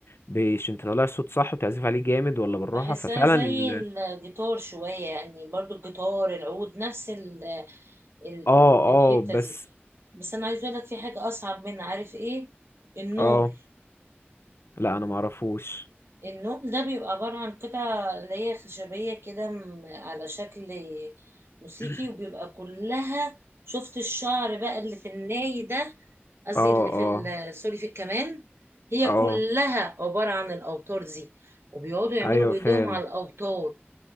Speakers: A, on the left; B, on the right.
A: ب- عشان تطلعي الصوت صح وتعزفي عليه جامد ولا بالراحه
B: بحسها
A: ففعلا
B: زي الجيتار شوية يعني برضو الجيتار العود نفس ال ال
A: اه
B: ال الحتة
A: اه بس
B: دي بس انا عايز اقولك في حاجة اصعب منها عارف ايه النول
A: اه لا انا معرفوش
B: النوم ده بيبقى عبارة عن قطع اللي هي خشبية كده م- على شكل موسيقي
A: <clears throat>
B: وبيبقى كلها شفت الشعر بقى اللي في الناي ده قصدي
A: اه
B: اللي في
A: اه
B: ال- سوري في الكمان هي
A: اه
B: كلها عبارة عن الأوتار دي وبيقعدوا يعملوا
A: ايوه
B: بإيديهم
A: فاهم
B: على الأوتار